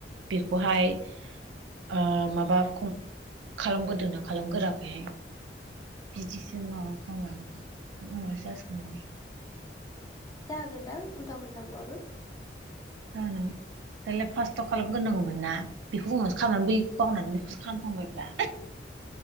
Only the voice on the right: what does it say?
बेखौहाय ओ माबा खालामगोरदोंना खालामगोराखै बिदिसो माबा बुङो उनावसो जासिगोन दां।
ओम दालाय फार्स्टआव खालामग्रनांगौमोन ना बेखौ उनावसो खालामबाय बेखौ बावनानै बेखौसो खालामफांबायब्रा।